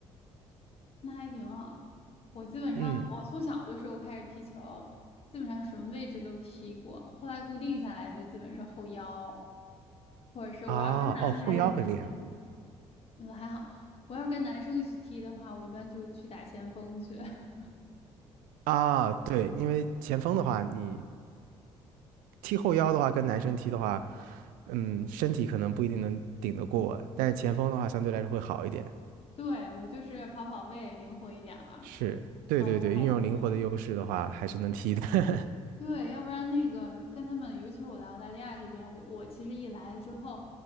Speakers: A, on the left; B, on the right.
A: 那还挺好。我基本上，
B: 嗯
A: 我从小的时候开始踢球，基本上什么位置都踢过。后来固定下来就基本是后腰，或者是我要跟男孩子一起踢的话，
B: 啊哦，后腰很厉害
A: 嗯，还好。我要跟男生一起踢的话，我一般就去打前锋去。<laughs>
B: 啊，对，因为前锋的话，你踢后腰的话，跟男生踢的话，嗯，身体可能不一定能顶得过，但是前锋的话相对来说会好一点。
A: 对，我就是跑跑位，灵活一点儿，
B: 是，对对对，
A: 然后都还行。
B: 运用灵活的优势的话，还是能踢的。<laughs>
A: 对，要不然那个跟他们，尤其是我来澳大利亚这边，我我其实一来了之后，